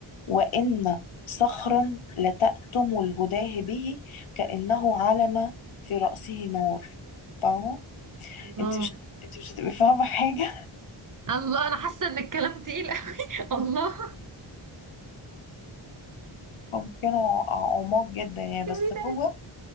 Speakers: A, on the left (about 80°); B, on the right (about 40°).
A: وإن صخرا لتأتم الهداه به كأنه علم في رأسه نار فاهمة
B: الله
A: انت مش انت مش هتبقي فاهمة حاجة
B: الله انا حاسه ان الكلام تقيل قوي <laughs> الله
A: <laughs> هم كانوا ع- عماق جدا يعني
B: جميل
A: بس
B: أوي.
A: هو